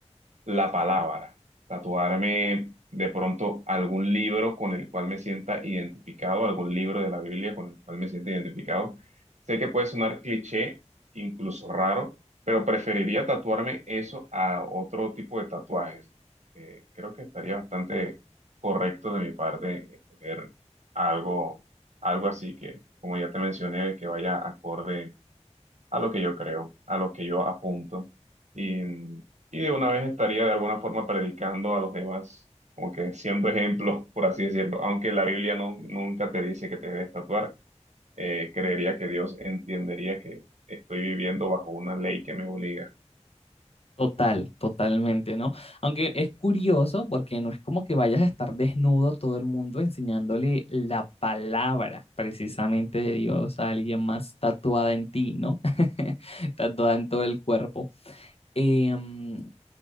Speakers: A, on the right; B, on the left.
A: la palabra, tatuarme de pronto algún libro con el cual me sienta identificado, algún libro de la Biblia con el cual me sienta identificado. Sé que puede sonar cliché, incluso raro, pero preferiría tatuarme eso a otro tipo de tatuajes. Eh, creo que estaría bastante correcto de mi parte escoger algo, algo así que, como ya te mencioné, que vaya acorde a lo que yo creo, a lo que yo apunto. Y, y de una vez estaría de alguna forma predicando a los demás, como que siendo ejemplo, por así decirlo. Aunque la Biblia no, nunca te dice que te debes tatuar, eh, creería que Dios entendería que estoy viviendo bajo una ley que me obliga.
B: Total, totalmente, ¿no? Aunque es curioso porque no es como que vayas a estar desnudo todo el mundo enseñándole la palabra precisamente de Dios a alguien más tatuada en ti, ¿no? <laughs> Tatuada en todo el cuerpo. Em,